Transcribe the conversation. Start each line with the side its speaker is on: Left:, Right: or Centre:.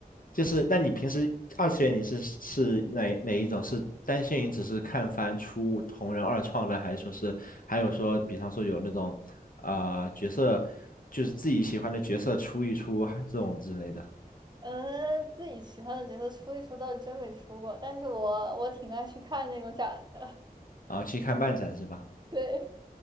Left: 就是那你平时二次元你是是哪哪一种？是单线于只是看番出同人二创的，还是说是还有说，比方说有那种呃角色，就是自己喜欢的角色出一出啊这种之类的，
Right: 嗯，自己喜欢的角色出一出倒是真没出过，但是我我挺爱去看那种展的。
Left: 然后去看漫展是吧？
Right: <laughs> 对，